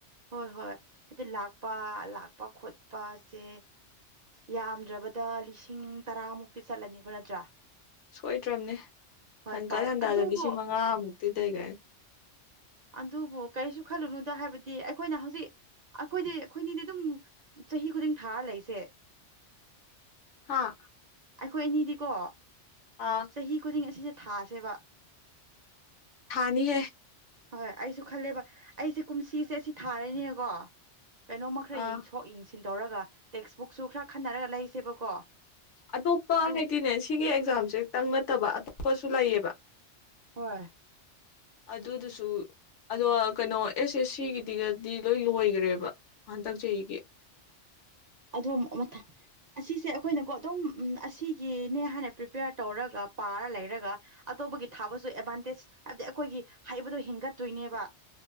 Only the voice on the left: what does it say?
ꯁꯣꯏꯗ꯭ꯔꯕꯅꯦ
ꯍꯟꯀꯟ
ꯍꯟꯗꯥꯗ
ꯂꯤꯁꯤꯡ ꯃꯉꯥꯃꯨꯛꯇꯤ ꯂꯩꯈꯦ
ꯍꯥ
ꯑꯥ
ꯊꯥꯅꯤ ꯍ
ꯑꯥ
ꯑꯇꯣꯞꯄ
ꯍꯥꯏꯗꯤꯅꯦ ꯁꯤꯒꯤ ꯑꯦꯛꯖꯥꯝꯁꯦꯛꯇꯪ ꯅꯠꯇꯕ ꯑꯇꯣꯞꯄꯁꯨ ꯂꯩꯌꯦꯕ
ꯑꯗꯨꯗꯨꯁꯨ ꯑꯗꯣ ꯀꯩꯅꯣ ꯑꯦꯁ ꯑꯦꯁ ꯁꯤꯒꯤꯗꯤꯒꯗꯤ ꯂꯣꯏ ꯂꯣꯏꯈ꯭ꯔꯦꯕ ꯍꯟꯗꯛ ꯆꯍꯤꯒꯤ